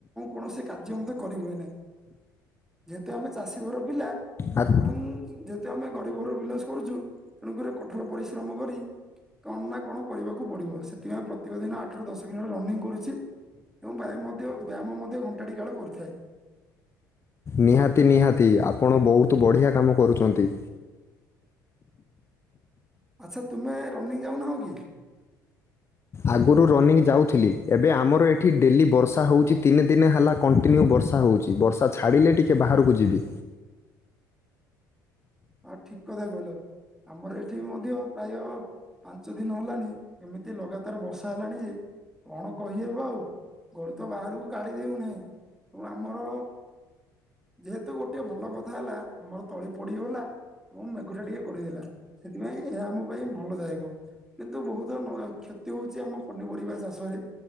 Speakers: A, in the centre; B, on the left.
A: କୌଣସି କାର୍ଯ୍ୟ ମଧ୍ଯ କରି ହୁଏ ନାହିଁ ଯେହେତୁ ଆମେ ଚାଷୀ ଘର ପିଲା
B: ଆ-
A: ଏବଂ ଯେହେତୁ ଆମେ ଗରିବର ବିଲଙ୍ଗସ୍ କରୁଛୁ ତେଣୁକରି କଠୋର ପରିଶ୍ରମ କରି କଣ ନା କଣ କରିବାକୁ ପଡିବ ସେଥିପାଇଁ ପ୍ରତ୍ୟେକ ଦିନ ଆଠରୁ ଦଶ କିଲୋଟ ରନିଙ୍ଗ କରୁଚି। ଏବଂ ବ୍ୟାୟାମ ମଧ୍ୟ ବ୍ୟାୟାମ ମଧ୍ୟ ଘଣ୍ଟାଟି କାଳ କରିଥାଏ।
B: ନିହାତି ନିହାତି ଆପଣ ବହୁତ ବଢିଆ କାମ କରୁଚ଼ନ୍ତି।
A: ଆଚ୍ଛା ତୁମେ ରନିଂ ଯାଉନାହଁ କି?
B: ଆଗରୁ ରନିଂ ଯାଉଥିଲି ଏବେ ଆମର ଏଠି ଡେଲି ବର୍ଷା ହେଉଛି ତିନି ଦିନ ହେଲା କଣ୍ଟିନ୍ୟୁ ବର୍ଷା ହେଉଛି ବର୍ଷା ଛାଡ଼ିଲେ ଟିକିଏ ବାହାରକୁ ଯିବି।
A: ହଁ ଠିକ କଥା କହିଲ ଆମର ଏଠି ବି ମଧ୍ୟ ପ୍ରାୟ ପାଞ୍ଚ ଦିନ ହେଲାଣି ଏମିତି ଲଗାତାର ବର୍ଷା ହେଲାଣି ଯେ କଣ କହିହେବ ଆଉ। ଘରୁ ତ ବାହାରକୁ କାଢିଦଉନାହିଁ ଏବଂ ଆମର ଯେହେତୁ ଗୋଟେ ଭଲ କଥା ହେଲା ଆମର ତଳି ପଡିଗଲା। ଏବଂ ମେଘୁ ଟା ଟିକେ କଡିଦେଲା ସେଥିପାଇଁ ଏହା ଆମ ପାଇଁ ଭଲ ଦାୟକ। କିନ୍ତୁ ବହୁତ ନୁହଁ କ୍ଷତି ହଉଛି ଆମ ପନିପରିବା ଚାଷରେ।